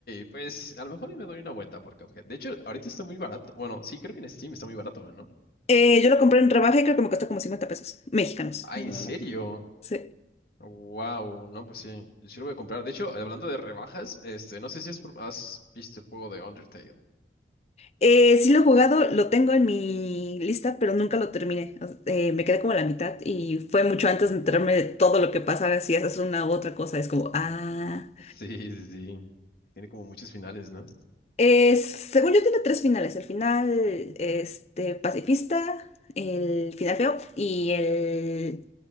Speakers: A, on the left (about 55°); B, on the left (about 35°).
A: Pues a lo mejor y me doy una vuelta por Cuphead. De hecho, ahorita está muy barato. Bueno, sí, creo que en Steam está muy barato, ¿no?
B: Eh, yo lo compré en rebaja y creo que me costó como 50 pesos mexicanos.
A: Ah, ¿en serio?
B: Sí.
A: Wow, no, pues sí, sí lo voy a comprar. De hecho, hablando de rebajas, este, no sé si has, pro- has visto el juego de Undertale.
B: Eh, sí lo he jugado, lo tengo en mi lista, pero nunca lo terminé. O eh, me quedé como a la mitad y fue mucho antes de enterarme de todo lo que pasa si haces una u otra cosa. Es como, ah.
A: Sí, sí, sí. Tiene como muchos finales, ¿no?
B: Eh, según yo tiene tres finales. El final este, pacifista, el final feo y el,